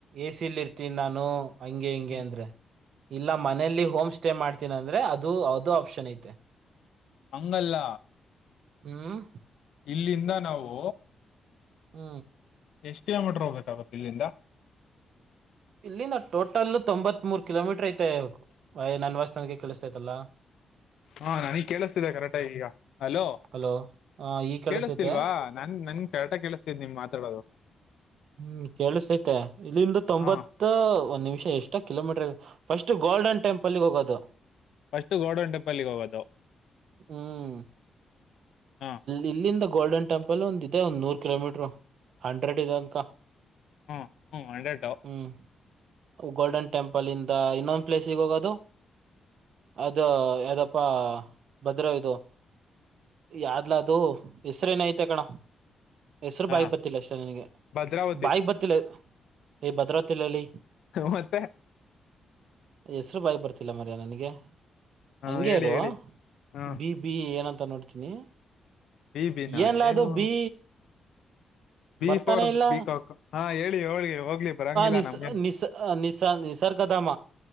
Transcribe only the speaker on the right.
ಎ ಸಿಲಿ ಇರ್ತೀನಿ ನಾನು ಹಂಗೆ ಹಿಂಗೆ
ಅಂದ್ರೆ ಇಲ್ಲ ಮನಲಿ ಹೋಮ್ ಸ್ಟೇ ಮಾಡ್ತೀನ ಅಂದ್ರೆ ಅದು ಅದೋ ಆಪ್ಷನ್ ಐತೆ
ಹ್ಮ್
ಹ್ಮ
ಇಲ್ಲಿಂದ ಟೋಟಲ್ ತೊಂಬತ್ ಮೂರ್ ಕಿಲೋಮೀಟರ್ ಐತೆ ನನ್ನ ವಾಯ್ಸ್ ನನಗೆ ಕೇಳಿಸ್ತೈತಲ್ಲಾ
ಹಲೋ ಹ ಈ ಕೇಳಿಸೈತೆ
ಹ್ಮ್ ಕೇಳಿಸೈತೆ ಇಲ್ಲಿಂದ ತೊಂಬತ್
ಒಂದ್ ನಿಮಿಷ ಎಷ್ಟ ಕಿಲೋಮೀಟರ್ ಇ ಫಸ್ಟ್ ಗೋಲ್ಡನ್ ಟೆಂಪಲ್ಗೆ ಹೋಗೋದು
ಹ್ಮ್
ಇಲ್ಲಿಂದ ಗೋಲ್ಡನ್ ಟೆಂಪಲ್ ಒಂದ ಇದೆ ಒಂದ್ ನೂರ್ ಕಿಲೋಮೀಟರ್ ಹಂಡ್ರೆಡ್ ಇದೆ ಅನ್ಕ
ಹ್ಮ್ ಗೋಲ್ಡನ್ ಟೆಂಪಲ್ ಇಂದ ಇನ್ನೊಂದು ಪ್ಲೇಸ್ಗೆ ಹೋಗದು ಅ ಇದು ಯಾವ್ದಪ್ಪಾ ಭದ್ರ ಇದು ಯಾದ್ಲ ಅದು ಹೆಸ್ರೇನ ಐತೆ ಕಣ ಹೆಸರು
ಬಾಯಿ ಬತ್ತಿಲ್ಲ ಅಷ್ಟೇ ನನಗೆ
ಬಾಯಿ ಬತ್ತಿಲ್ಲ ಈ ಭದ್ರಾವತಿಲಲ್ಲಿ
ಹೆಸರು ಬಾಯಿಗೆ ಬರ್ತಿಲ್ಲ ಮಾರಾಯ ನನಗೆ
ಹಂಗೇ
ಇರು
ಬಿ ಬಿ ಏನಂತ ನೋಡ್ತೀನಿ
ಏನ್ ಲದು
ಬಿ
ಬರ್ತಾನೆ
ಇಲ್ಲ
ನಿಸ
ನಿಸ ನಿಸಾ ನಿಸರ್ಗ ನಿಸರ್ಗ ಧಾಮ